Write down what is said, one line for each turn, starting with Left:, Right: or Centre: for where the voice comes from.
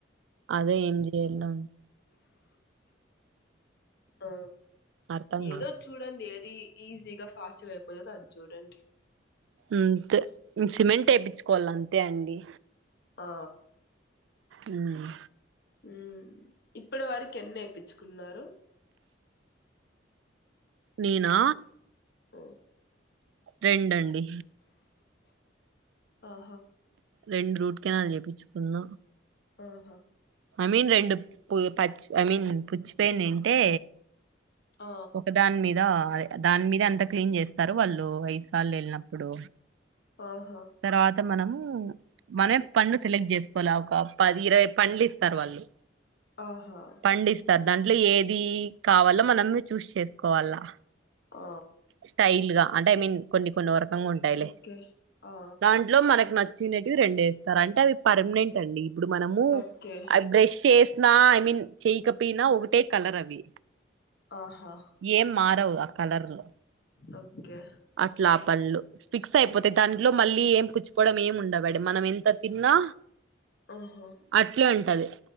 Right: అదే ఏం చేయాల అని
Left: ఆ
Right: అర్థం
Left: ఏదో
Right: కాదు
Left: చూడండి ఏది ఈజీగా ఫాస్ట్ గా అయిపోతదో అది చూడండి
Right: అంతే సిమెంట్ వేపించుకోవాలి అంతే అండి
Left: ఆ
Right: హ్మ్
Left: హ్మ్ ఇప్పటి వరకు ఎన్ని ఎపీంచుకున్నారు
Right: నేనా
Left: ఆ
Right: రెండండి
Left: ఆహా
Right: రెండు రూట్ కెనాల్ చేపించుకున్న
Left: ఆహా
Right: ఐ మీన్ రెండు ప పచ్చి ఐ మీన్ పుచ్చిపోయినయి ఉంటే
Left: ఆ
Right: ఒక దాని మీద దాని మీద అంత క్లీన్ చేస్తారు వాళ్ళు ఐదు సార్లు వెళ్ళినప్పుడు
Left: ఓహో
Right: తర్వాత మనము మన పళ్ళు సెలెక్ట్ చేసుకోవాలి ఒక పది ఇరవై పళ్ళు ఇస్తారు వాళ్ళు
Left: ఆహా
Right: పండిస్తారు దాంట్లో ఏది కావాలో మనమే చూస్ చేసుకోవాలా
Left: ఆ
Right: స్టైల్ గా అంటే ఐ మీన్ కొన్ని కొన్నోరకంగా ఉంటాయిలే
Left: ఓకే ఆ
Right: దన్ లో మనకి నచ్చినవి రెండు వేస్తారు అంటే అవి పర్మనెంట్ డండి ఇప్పుడు మనము
Left: ఓకే
Right: ఆ బ్రష్ చేస్ నా ఐ మీన్ చెయికపోయినా ఒకటే కలర్ అవి
Left: ఆహా
Right: ఏం మారవు ఆ కలర్లో
Left: ఓకే
Right: అట్లా ఆ పళ్ళు ఫిక్స్ అయిపోతాయి దాంట్లో మళ్ళీ ఏం పుచ్చుపోడం ఏమి ఉండవడి మనం ఎంత తిన్నా
Left: ఆహా
Right: అట్లే ఉంటది